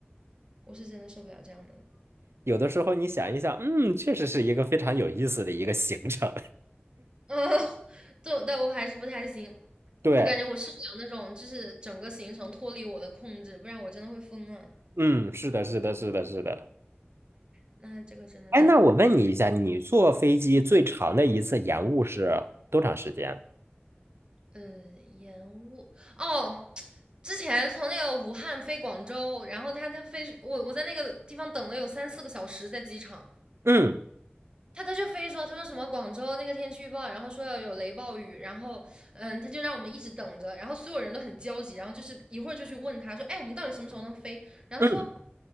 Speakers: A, on the right (about 25°); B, on the right (about 85°).
A: 我是真的受不了这样的。
B: 有的时候你想一想，嗯，确实是一个非常有意思的一个行程。
A: 嗯，<laughs> 对，但我还是不太行。
B: <laughs> 对，
A: 我感觉我受不了那种，就是整个行程脱离我的控制，不然我真的会疯了。
B: 嗯，是的，是的，是的，是的。
A: 那这个真的是
B: 哎，那我问你一下，你坐飞机最长的一次延误是多长时间？
A: 呃，延误哦。之前从那个武汉飞广州，然后他他飞我我在那个地方等了有三四个小时，在机场，
B: 嗯
A: 他他就非说他说什么广州那个天气预报，然后说要有雷暴雨，然后嗯他就让我们一直等着，然后所有人都很焦急，然后就是一会儿就去问他说，哎我们到底什么时候能飞？然后他说
B: 嗯，